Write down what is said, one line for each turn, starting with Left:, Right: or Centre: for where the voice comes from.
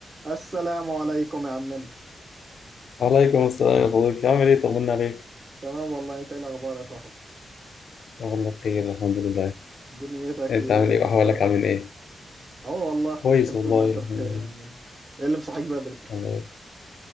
Right: السلام عليكم يا عمنا
Left: وعليكم السلام يا صديقي عامل ايه طمنا عليك
Right: تمام والله انت ايه الاخبار يا صاحبي
Left: والله بخير الحمد لله
Right: دنيتك
Left: انت
Right: ايه
Left: عامل
Right: واخبارها
Left: ايه واحوالك عامل
Right: ايه كده
Left: ايه
Right: اهو والله
Left: كويس
Right: بخير
Left: والله
Right: طول ما انت
Left: الحمد
Right: بخير
Left: لله
Right: يا عمنا ايه اللي مصحيك بدري
Left: الله يبارك.